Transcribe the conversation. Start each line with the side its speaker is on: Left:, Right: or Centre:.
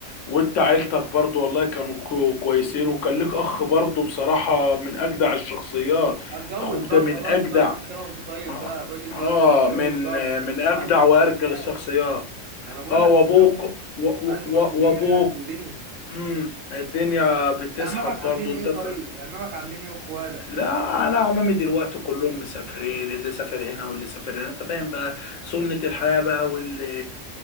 Left: وانت عيلتك برضو والله كانوا كو- كويسين وكان لك اخ برضو بصراحه من اجدع الشخصيات
Right: هتجوز
Left: اخوك
Right: بقى
Left: ده من
Right: خلاص
Left: اجدع
Right: بقى كل سنه وانت طيب
Left: اه
Right: بقى الراجل
Left: آه،
Right: دلوقتي متجوز
Left: من
Right: بقى
Left: من اجدع
Right: وعنده مسؤوليات
Left: وارجل الشخصيات
Right: انا بقول
Left: اه
Right: لك
Left: وابوك
Right: متجوز
Left: و- و-
Right: وعنده
Left: و-
Right: مسؤوليات
Left: وابوك
Right: ودنيا
Left: امم الدنيا بتسحب
Right: عمامك عاملين
Left: برضه
Right: ايه
Left: انت فاهم
Right: طيب عمامك عاملين ايه واخوالك
Left: لا انا عمامي دلوقتي كلهم مسافرين اللي سافر هنا واللي سافر هنا انت فاهم بقى سنة الحياة بقى وال